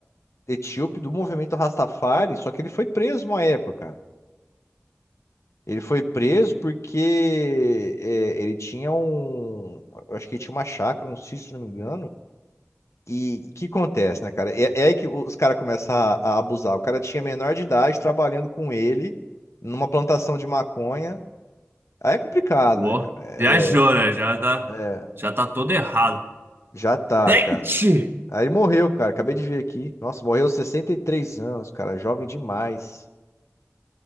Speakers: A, on the left; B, on the right.
A: etíope do movimento Rastafari, só que ele foi preso uma época, Ele foi preso porque é, ele tinha um. Eu acho que ele tinha uma chácara, um sítio, se não me engano. E o que acontece, né, cara? É, é aí que os caras começam a, a abusar. O cara tinha menor de idade trabalhando com ele numa plantação de maconha. Aí é complicado,
B: Pô,
A: né, cara? É,
B: viajou, né? Já tá,
A: é, é,
B: já tá todo errado.
A: já tá,
B: Gente!
A: cara. Aí ele morreu, cara. Acabei de ver aqui. Nossa, morreu aos 63 anos, cara. Jovem demais.